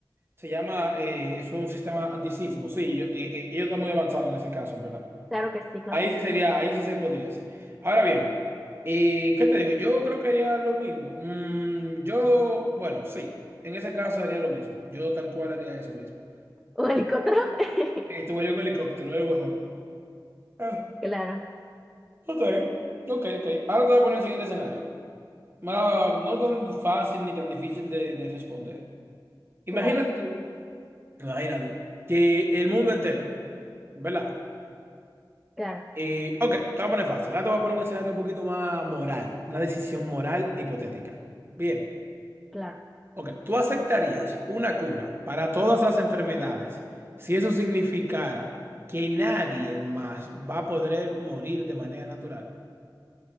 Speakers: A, on the right; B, in the centre.
A: Se llama, eh, eso es un sistema antisísmico. Sí, yo- eh, eh, ellos están muy avanzados en ese caso, en verdad.
B: Claro que sí, claro
A: Ahí
B: que
A: sí
B: sí.
A: sería, ahí sí se podía hacer. Ahora bien, eh, ¿qué te digo? Yo creo que haría lo mismo. Mm, yo, bueno, sí, en ese caso haría lo mismo. Yo tal cual haría eso mismo.
B: Un helicóptero. <laughs>
A: Eh, tu vuelo con helicóptero, es lo mejor. Ah,
B: Claro,
A: ok, ok, ok. Ahora te voy a poner el siguiente escenario. Más- no tan fácil ni tan difícil de, de responder. Imagínate
B: claro,
A: tú, imagínate, que el mundo entero, ¿verdad?
B: claro,
A: Y, ok, te voy a poner fácil. Ahora te voy a poner un escenario un poquito más moral, una decisión moral hipotética. Bien,
B: claro.
A: ok, ¿tú aceptarías una cura para todas las enfermedades si eso significara que nadie más va a poder morir de manera natural?